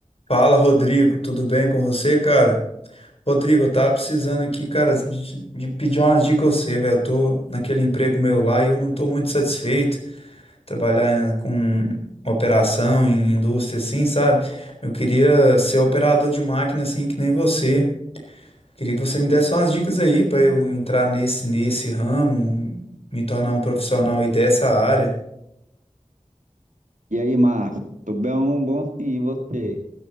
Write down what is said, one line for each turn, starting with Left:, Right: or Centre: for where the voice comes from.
Left: Fala, Rodrigo, tudo bem com você, cara? Rodrigo, eu tava precisando aqui, cara, de, de pedir umas dicas a você, velho. Eu tô naquele emprego meu lá e eu não tô muito satisfeito trabalhar em- com operação em indústria assim, sabe? Eu queria ser operador de máquina assim que nem você. Queria que você me desse umas dicas aí pra eu entrar nesse nesse ramo, me tornar um profissional aí dessa área.
Right: E aí, Márcio? Tô bem, bom sim, e você?